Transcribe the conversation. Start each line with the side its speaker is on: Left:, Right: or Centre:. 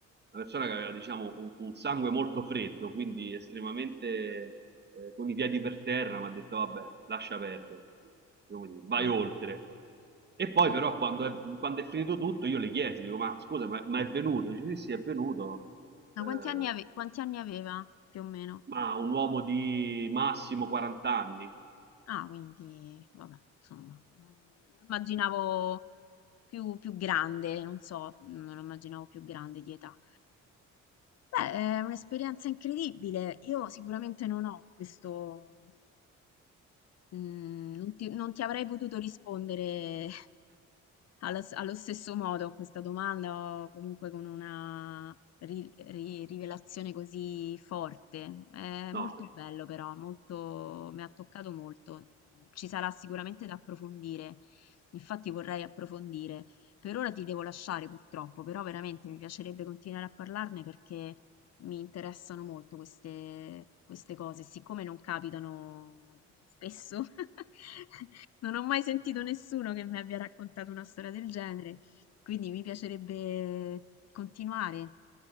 Right: persona che aveva diciamo un, un sangue molto freddo, quindi estremamente eh, con i piedi per terra, mi ha detto vabbè, lascia perdere, come dire, vai
Left: Mm,
Right: oltre. E poi
Left: mm.
Right: però quando è, quando è finito tutto io le chiesi, dico ma scusa, ma, ma è venuto? Dice sì sì è venuto.
Left: Ma
Right: Eh,
Left: quanti anni ave- quanti anni aveva più o meno?
Right: ma un uomo di massimo 40 anni.
Left: Ah, quindi, vabbè, insomma, non non immaginavo più, più grande, non so, non lo immaginavo più grande di età. Beh, è un'esperienza incredibile. Io sicuramente non ho questo, mm, non ti, non ti avrei potuto rispondere <laughs> Allo, s- allo stesso modo, a questa domanda, o comunque con una ri- ri- rivelazione così forte, è
Right: No.
Left: molto bello però, molto, mi ha toccato molto. Ci sarà sicuramente da approfondire, infatti vorrei approfondire. Per ora ti devo lasciare purtroppo, però veramente mi piacerebbe continuare a parlarne perché mi interessano molto queste, queste cose, siccome non capitano spesso, <laughs> Non ho mai sentito nessuno che mi abbia raccontato una storia del genere, quindi mi piacerebbe continuare.